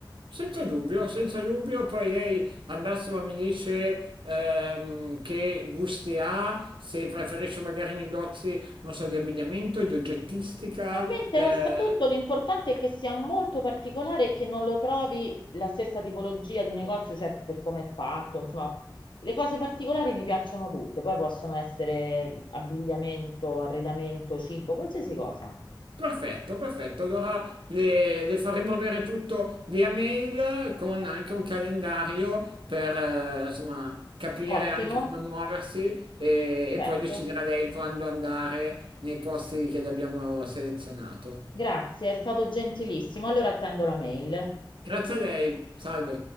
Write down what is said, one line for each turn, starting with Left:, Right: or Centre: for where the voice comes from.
Right: Senza dubbio, senza dubbio, poi lei al massimo mi dice ehm, che gusti ha, se preferisce magari negozi, non so, di abbigliamento, di oggettistica.
Left: A me interessa
Right: eh,
Left: tutto, l'importante è che sia molto particolare e che non lo trovi la stessa tipologia di negozio, cioè per come è fatto, insomma, le cose particolari mi piacciono tutte, poi possono essere abbigliamento, arredamento, cibo, qualsiasi cosa.
Right: perfetto, perfetto. Allora le, le faremo avere tutto via mail con anche un calendario per eh, insomma capire
Left: Ottimo,
Right: anche come muoversi e,
Left: perfetto.
Right: e poi deciderà lei quando andare nei posti che le abbiamo selezionato.
Left: Grazie, è stato gentilissimo. Allora attendo la mail.
Right: Grazie a lei, salve.